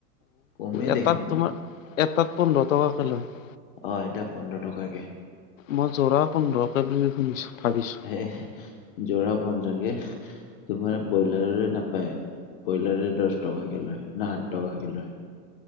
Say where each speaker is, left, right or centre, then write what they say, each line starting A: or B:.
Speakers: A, on the left; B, on the left.
A: কমেই
B: এটাত
A: দেখোন
B: তোমাৰ এটাত পোন্ধৰ টকাকে লয়
A: অ এটা পোন্ধৰ টকাকে।
B: মই যোৰা পোন্ধৰকে বুলি শুনিছোঁ ভাবিছোঁ।
A: এ যোৰা পোন্ধৰকে। তোমাৰ ব্ৰইলাৰৰে নাপায় ব্ৰইলাৰে দহ টকাকে লয় না আঠ টকাকে লয়।